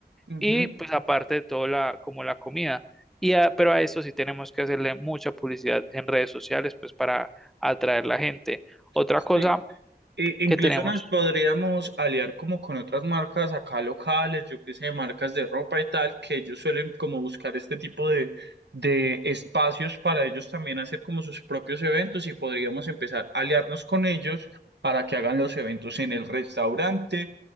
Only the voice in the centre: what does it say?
Y pues aparte de todo, la, como la comida. Y a- pero a esto sí tenemos que hacerle mucha publicidad en redes sociales, pues para atraer la gente. Otra
cosa
que tenemos,